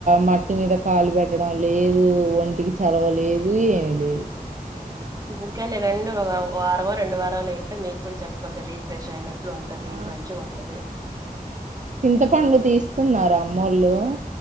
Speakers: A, on the right (about 55°); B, on the right (about 25°).
A: మట్టి మీద కాలు పెట్టడం లేదు ఒంటికి చలవలేదు ఏమి లేదు
B: ఎందుకని రెండు ఒక వారమ రెండు వారాలు వింటే మీకు కూడా చ కొంచెం రీఫ్రెష్ అయినట్ ఉంటది
A: ఆ
B: మంచిగా ఉంటది.
A: చింతపండు
B: ఉమ్
A: తీస్తున్నార అమ్మూళ్ళు.